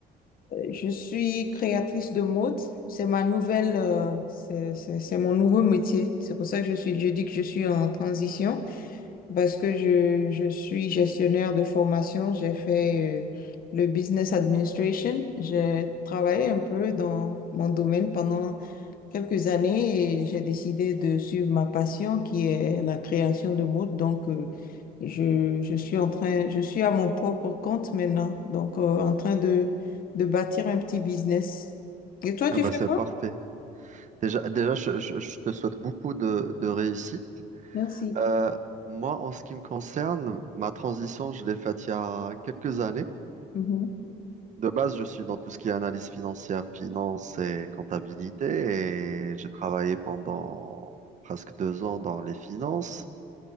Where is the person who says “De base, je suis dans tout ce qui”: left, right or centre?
Right